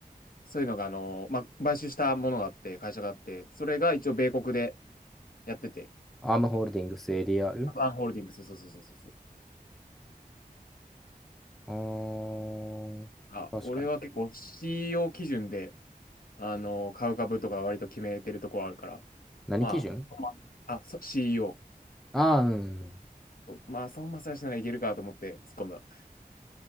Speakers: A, on the left; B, in the centre.
A: そういうのが、あの、まあ、買収したものがあって、会社があって、それが一応米国でやってて、
B: アームホールディングス ADR?
A: アファンホールディングス、そうそうそうそうそう。
B: あー、
A: あ、
B: 確かに。
A: 俺は結構 CEO 基準で、あの、買う株とか割と決めてるところあるから、
B: 何基準
A: まあ、あ、そ CEO。
B: ああー、うんうん。
A: そうまあ、孫正義ならいけるかと思って突っ込んだ。好